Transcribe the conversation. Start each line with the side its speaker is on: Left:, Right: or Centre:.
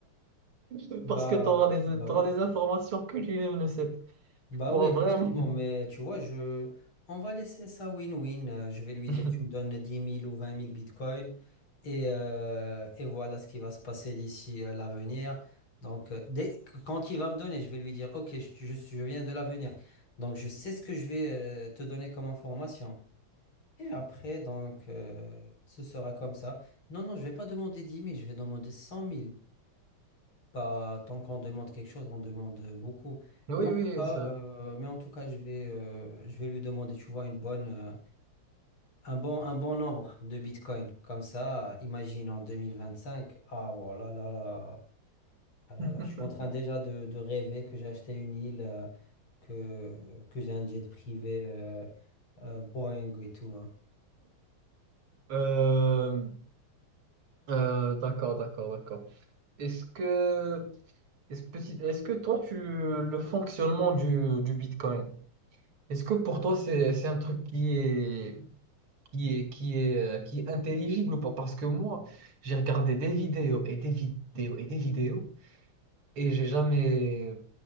Right: vois.
Left: Bah,
Right: Parce que tu auras des,
Left: bah
Right: t'auras
Left: oui.
Right: des informations que lui-même ne sait pas.
Left: Bah
Right: Pour
Left: oui, effectivement,
Right: vraiment.
Left: mais tu vois, je... on va laisser ça win-win. Euh, Je vais lui
Right: <laughs>
Left: dire, tu me donnes dix mille ou vingt mille bitcoins et, euh, et voilà ce qui va se passer d'ici euh, l'avenir. Donc, euh, dès... quand il va me donner, je vais lui dire, OK, je, je, je viens de l'avenir. Donc, je sais ce que je vais euh, te donner comme information. Et après, donc, euh, ce sera comme ça. Non, non, je vais pas demander dix mille je vais demander cent mille bah, tant qu'on demande quelque chose, on demande beaucoup.
Right: Oui,
Left: Mais en tout
Right: oui,
Left: cas,
Right: ça.
Left: euh, mais en tout cas, je vais, euh, je vais lui demander, tu vois, une bonne, euh, un bon, un bon nombre de bitcoins. Comme ça, imagine en 2025, ah voilà, là, là, ah là,
Right: <laughs>
Left: là, je suis en train déjà de, de rêver que j'ai acheté une île, euh, que, que j'ai un jet privé, euh, euh, Boeing et tout. hein.
Right: Euh, euh, d'accord, d'accord, d'accord. Est-ce que, est-ce, petit- est-ce que toi, tu, le fonctionnement du, du Bitcoin, Est-ce que pour toi, c'est, c'est un truc qui est, qui est, qui est, euh, qui est intelligible ou pas? Parce que moi, j'ai regardé des vidéos et des vidéos et des vidéos et j'ai jamais